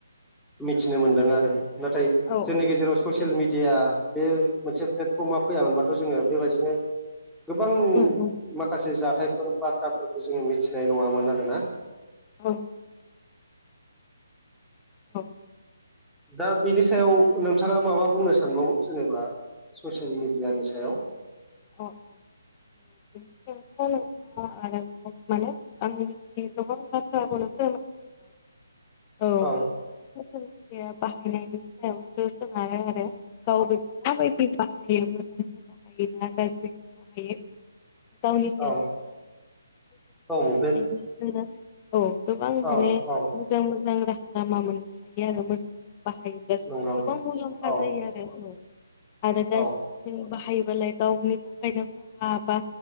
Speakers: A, in the centre; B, on the left.
A: मिथिनो मोनदों आरो। नाथाय
B: औ
A: जोंनि गेजेराव ससियेल मिडिया बे मोनसे प्लेटफर्मा फैयामबाथ' जोङो बेबायदिनो गोबां
B: उम उम
A: मा खासे जाथायफोर बाथ्राफोरखौ जोङो मिथिनाय नङामोन आरोना।
B: औ <inaudible>
A: दा बेनि सायाव नोंथाङा माबा बुंनो सानबावो जेनेबा ससियेल मिडियानि सायाव?
B: अ <unintelligible> मानो? आंनि गोबां बाथ्राखौ <unintelligible> माने
A: औ
B: ससियेल मिडिया बाहायनायनि सायावसो सो <unintelligible> हाया आरो गावबो माबायदि बाहायो मोजांथिं बाहायो ना गाज्रिथिं बाहायो गावनि सायावसो
A: औ
B: <unintelligible>
A: औ बे
B: बिसोरो खौ माने
A: औ औ
B: मोजां मोजां राहा लामा मोननो हायो आरो मोजाङै बाहायोबा। <unintelligible> दा जोंहा
A: नंगौ
B: गोबां मुलाम्फा
A: औ
B: जायो आरो औ आरो गा
A: औ
B: <unintelligible> जों बाहायोबालाय गावनि थाखायनो खहा बा